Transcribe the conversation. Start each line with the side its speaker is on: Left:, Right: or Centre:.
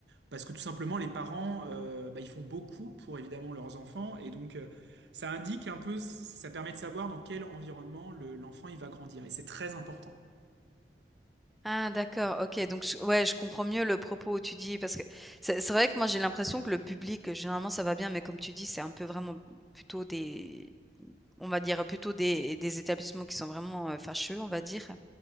Right: Parce que tout simplement, les parents, euh, bah, ils font beaucoup pour évidemment leurs enfants, et donc euh, ça indique un peu, ça permet de savoir dans quel environnement le- l'enfant il va grandir, et c'est très important.
Centre: Ah d'accord, OK, donc je ouais, je comprends mieux le propos où tu dis parce que c'est c'est vrai que moi j'ai l'impression que le public, heu, généralement ça va bien, mais comme tu dis, c'est un peu vraiment plutôt des on va dire plutôt des des établissements qui sont vraiment, heu, fâcheux, on va dire.